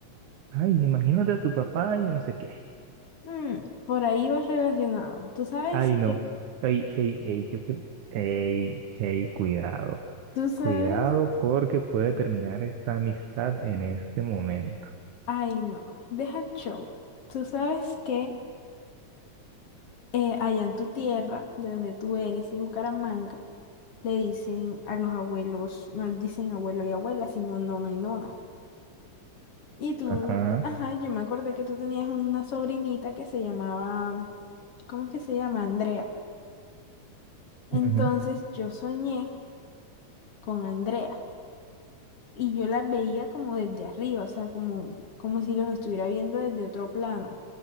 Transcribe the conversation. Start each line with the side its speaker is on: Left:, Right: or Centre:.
Right: ay, imagínate a tu papá y no sé qué.
Left: Mm, por ahí vas relacionado, tú sabes,
Right: Ay, no. Ay, ey, ey, yo creo- ey, ey, cuidado.
Left: tú sabes.
Right: Cuidado porque puede terminar esta amistad en este momento.
Left: Ay, no, deja el show. Tú sabes que eh, allá en tu tierra, de donde tú eres, de Bucaramanga, le dicen a los abuelos, no les dicen abuelo y abuela, sino nono y nona. Y tú,
Right: Ajá.
Left: ajá, yo me acordé que tú tenías una sobrinita que se llamaba, ¿cómo es que se llama? Andrea. Entonces
Right: Ujú,
Left: yo soñé con Andrea y yo la veía como desde arriba, o sea, como, como si los estuviera viendo desde otro plano